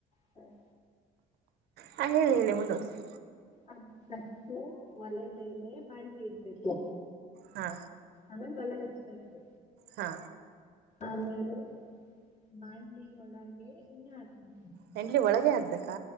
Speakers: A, on the left (about 40°); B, on the right (about 75°).
A: ಸರಿ.
B: ಹಾ ಹೇಳಿ ಹೇಳಿ ಮುಂದುವಡ್ಸಿ.
A: ಆ ಪಷ್ಟು ಒಲೆ ಮೇಲೆ ಬಾಣ್ಲಿ ಇಡ್ಬೇಕು.
B: ಹಾ
A: ಆಮೇಲೆ ಒಲೆ ಹಚ್ಬಕು.
B: ಹಾ
A: ಆಮೇಲೆ ಬಾಂಡ್ಲಿ ಒಳಗೆ ಎಣ್ಣೆ ಹಾಕಬೇಕು.
B: ಹೆಂಡ್ಲಿ ಒಳಗೆ ಆಗ್ಬೇಕಾ.